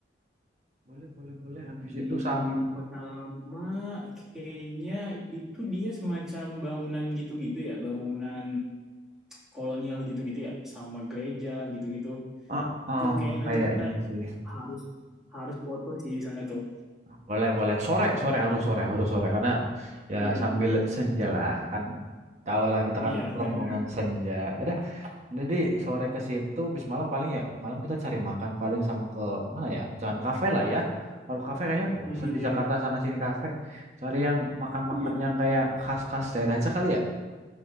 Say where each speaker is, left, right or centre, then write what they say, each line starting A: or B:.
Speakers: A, on the right (about 40°); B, in the centre.
A: Boleh, boleh, boleh. Habis
B: Di
A: itu sam
B: Kota Lama kayaknya itu dia semacam bangunan gitu-gitu ya, bangunan kolonial gitu-gitu ya, sama gereja gitu-gitu.
A: Heeh,
B: Itu kayaknya
A: kayaknya
B: nanti kita
A: sih.
B: harus harus foto sih di sana tuh.
A: Boleh, boleh. Sore, sore harus sore, harus sore karena ya
B: Iya,
A: sambil senja lah kan Tahu lah kita
B: iya
A: kan rombongan
B: benar.
A: senja. Ya Udah, nanti sore ke situ bis malam paling ya malam kita cari makan paling sama ke mana ya? Jangan kafe lah ya. Kalau kafe kayaknya bosen
B: Hmm,
A: di
B: iya,
A: Jakarta
B: iya.
A: sana sini kafe. Cari yang makan-makan
B: Iya,
A: yang kayak khas-khas daerah aja kali ya.